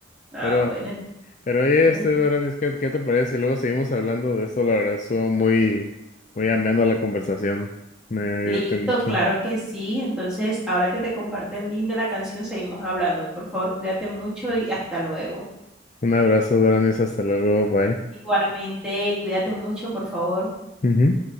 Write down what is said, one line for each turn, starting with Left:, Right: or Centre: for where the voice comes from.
Centre: Ah,
Left: Pero,
Centre: bueno, en-
Left: pero oye,
Centre: bueno,
Left: este Doranis, ¿qué, qué te parece? Si luego seguimos hablando de esto, la verdad, estuvo muy, muy ameno la conversación. Me
Centre: listo,
Left: divertí mucho.
Centre: claro que sí. Entonces, ahora que te comparto el link de la canción, seguimos hablando. Por favor, cuídate mucho y hasta luego.
Left: Un abrazo, Doranis, hasta luego, bye.
Centre: Igualmente, cuídate mucho, por favor.
Left: Ujú.